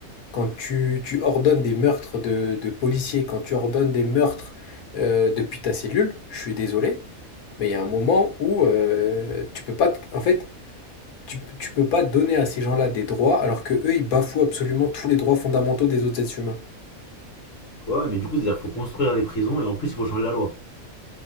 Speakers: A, on the left; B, on the left.
A: quand tu, tu ordonnes des meurtres de, de policiers, quand tu ordonnes des meurtres euh, depuis ta cellule, je suis désolé, mais il y a un moment où euh, tu peux pas, te- en fait, tu, tu peux pas donner à ces gens-là des droits alors que eux, ils bafouent absolument tous les droits fondamentaux des autres êtres humains.
B: Ouais, ouais, mais du coup, c'est-à-dire qu'il faut construire les prisons et en plus, il faut changer la loi.